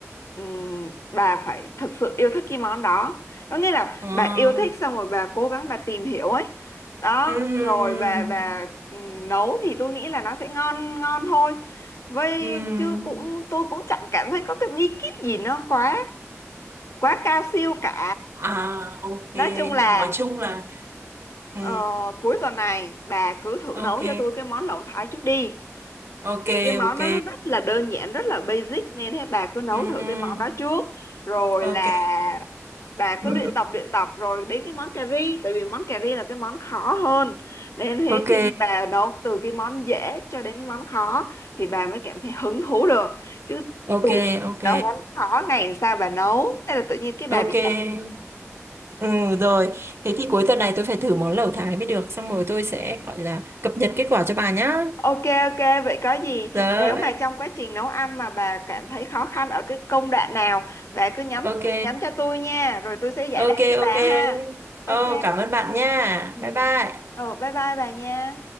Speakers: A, on the left; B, on the right.
A: ừm, bà phải thực sự yêu thích cái món đó có nghĩa là
B: À,
A: bà yêu thích xong rồi bà cố gắng bà tìm hiểu ấy đó
B: ừ, ừ,
A: rồi bà bà ừm, nấu thì tôi nghĩ là nó sẽ ngon ngon thôi vậy
B: ừ, ừ.
A: chứ cũng tôi cũng chẳng cảm thấy có cái bí kíp gì nó quá quá cao siêu cả
B: À, ok.
A: nói chung là
B: Nói chung là ừ,
A: ờ, cuối tuần này bà cứ thử
B: ok,
A: nấu cho tôi cái món lẩu thái trước đi
B: ok,
A: vì cái món
B: ok.
A: nó rất là đơn giản rất là basic nên thế bà cứ nấu
B: Ừ,
A: thử
B: ừ,
A: cái món đó trước rồi
B: ok.
A: là bà
B: Ừ.
A: cứ luyện tập luyện tập rồi đến cái món cà ri tại vì món cà ri là cái món khó hơn nên thế
B: Ok.
A: khi bà nấu từ cái món dễ cho đến món khó thì bà mới cảm thấy hứng thú được chứ
B: ok
A: đùng
B: ok
A: nấu món khó ngày làm sao bà nấu thế là tự nhiên cái bà
B: ok
A: bị
B: ừ rồi thế thì cuối tuần này tôi phải thử món lẩu Thái mới được xong rồi tôi sẽ gọi là cập nhật kết quả cho bà nhá
A: Ok ok vậy có gì
B: rồi
A: nếu mà trong quá trình nấu ăn mà bà cảm thấy khó khăn ở cái công đoạn nào bà cứ nhắn
B: ok
A: nhắn cho tôi nha rồi tôi sẽ giải
B: ok
A: đáp cho
B: ok
A: bà ha ok
B: oh, cảm ơn bạn nha
A: ừ.
B: bye bye
A: Ờ, bye bye bà nha